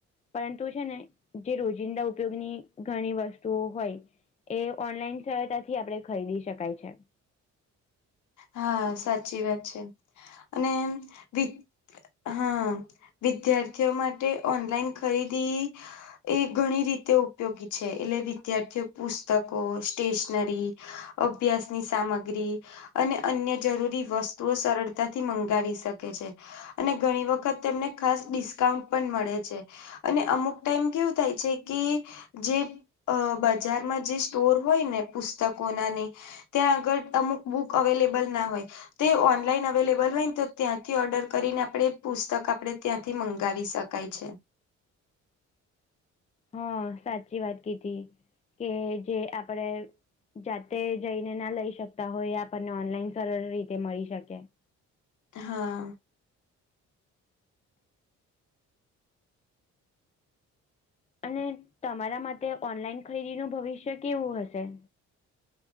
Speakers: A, on the left (about 25°); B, on the left (about 75°).
A: પરંતુ છે ને જે રોજિંદા ઉપયોગની ઘણી વસ્તુઓ હોય એ ઓનલાઈન સરયતાથી આપણે ખરીદી શકાય છે
B: હા સાચી વાત છે અને વિ હા વિદ્યાર માટે ઓનલાઈન ખરીદી એ ઘણી રીતે ઉપયોગી છે એટલે વિદ્યાર્થીઓ પુસ્તકો સ્ટેશનરી અભ્યાસની સામગ્રી અને અન્ય જરૂરી વસ્તુઓ સરળતાથી મંગાવી શકે છે અને ઘણી વખત તેમને ખાસ ડિસ્કાઉન્ટ પણ મળે છે અને અમુક ટાઈમ કેવું થાય છે કે જે બજારમાં જે સ્ટોર હોય ને પુસ્તકો નાની ત્યાં આગળ અમુક બુક અવેલેબલ ના હોય તે ઓનલાઈન અવેલેબલ હોય ને તો ત્યાંથી ઓર્ડર કરીને આપણે પુસ્તક આપણે ત્યાંથી મંગાવી શકીએ કાય છે
A: હા સાચી વાત કીધી કે જે આપડે જાતે જઈને ના લઈ શકતા હોય એ આપણને ઓનલાઈન સરળ રીતે મળી શકે
B: હા
A: અને તમારા માટે ઓનલાઈન ખરીદીનું ભવિષ્ય કેવું હશે